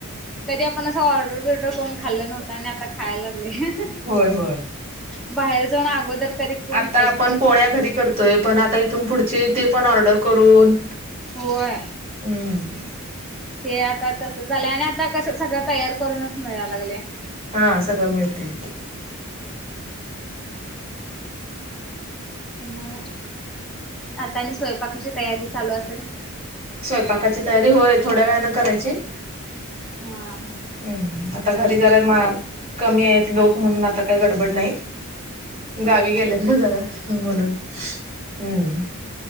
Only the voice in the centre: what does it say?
कधी आपण अस ऑर्डर बिडरून खाल्लं नव्हतं आणि आता खायला. लागले
बाहेर जाऊन अगोदर कधी कोण
खायत
नव्हत.
होय.
ते आता तस लं आणि आता कसं सगळं तयार करूनच मिळाय लागले.
म आता आणि स्वयंपाकाची तयारी चालू असेल.
हा.